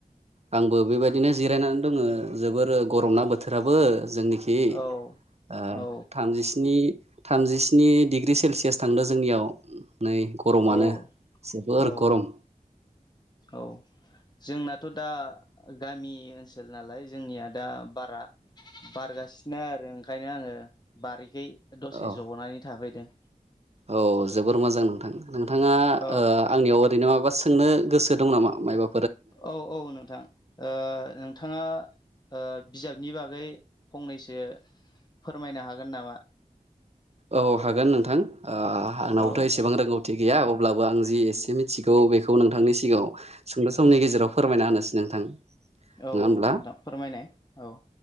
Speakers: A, on the right; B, on the left.
A: आंबो बेबायदिनो जिरायनानै दङ जोबोर गरम ना बोथोराबो जोंनिखि बि
B: औ औ
A: थामजिस्नि थामजिस्नि डिग्र्रि सेलसियास थांदों जोंनियाव नै गरमानो
B: औ
A: जोबोर
B: औ
A: गरम'
B: औ! जोंनाथ' दा गामि ओनसोल नालाय जोंनिया दा बारा बारगासिनो आरो ओंखायनो आङो बारिखै दसे
A: औ
B: जग'नानै थाफैदों।
A: औ जोबोर मोजां नोंथां नोंथाङा
B: औ
A: ओ आंनियाव ओरैनो माबा सोंनो गोसो दं नामा मायबा
B: औ औ नोंथां। ओ नोंथाङाओ बिजाबनि बागै फंनैसो फोरमायनो हागोन नामा?
A: औ हागोन नोंथां आंनावथ'
B: औ
A: एसेबां रोंगौथि गैया अब्लाबो आं जि एसे मिथिगौ बेखौ नोंथांनि सिगाङाव सुंद' समनि गेजेराव फोरमायना होनोसै नोंथां
B: औ
A: नङा होमब्ला
B: औ नोंथां फोरमायनाय औ।